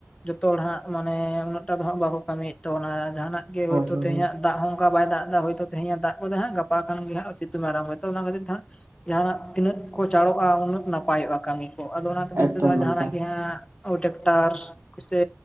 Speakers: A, on the left (about 20°); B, on the right (about 50°).
A: ᱡᱚᱛᱚ ᱦᱚᱲ ᱦᱟᱸᱜ ᱢᱟᱱᱮ ᱩᱱᱟᱜ ᱴᱟᱜ ᱫᱚ ᱦᱟᱸᱜ ᱵᱟᱠᱚ ᱠᱟᱹᱢᱤᱭᱮᱫ ᱛᱟᱵᱚᱱᱟ ᱡᱟᱦᱟᱱᱟᱜ ᱜᱮ
B: ᱦᱳᱭ
A: ᱦᱳᱭᱛᱳ
B: ᱦᱳᱭ
A: ᱛᱮᱦᱮᱧᱟᱜ ᱫᱟᱜ ᱦᱚᱸ ᱚᱱᱠᱟ ᱵᱟᱭ ᱫᱟᱜ ᱮᱫᱟ ᱦᱳᱭᱛᱳ ᱛᱮᱦᱮᱧᱮ ᱫᱟᱜ ᱜᱚᱫᱟ ᱦᱟᱜ ᱜᱟᱯᱟ ᱠᱷᱚᱱ ᱜᱮ ᱦᱟᱸᱜ ᱥᱤᱛᱩᱝ ᱟᱨᱟᱢᱵᱚ ᱛᱚ ᱚᱱᱟ ᱠᱷᱟᱹᱛᱤᱨ ᱦᱟᱸᱜ ᱡᱟᱦᱱᱟᱜ ᱛᱤᱱᱟᱹᱜ ᱠᱚ ᱪᱟᱲᱚᱜᱼᱟ ᱩᱱᱟᱹᱜ ᱱᱟᱯᱟᱭᱚᱜᱼᱟ ᱠᱟᱹᱢᱤ ᱠᱚ ᱟᱫᱚ ᱚᱱᱟ ᱠᱷᱟᱛᱤᱨ
B: ᱮᱠᱫᱚᱢ
A: ᱱᱤᱛ ᱫᱚ ᱦᱟᱸᱜ ᱡᱟᱦᱟᱱᱟᱜ
B: ᱮᱠᱫᱚᱢ
A: ᱜᱮ ᱦᱟᱸᱜ ᱳ ᱴᱟᱠᱴᱟᱨᱥ ᱥᱮ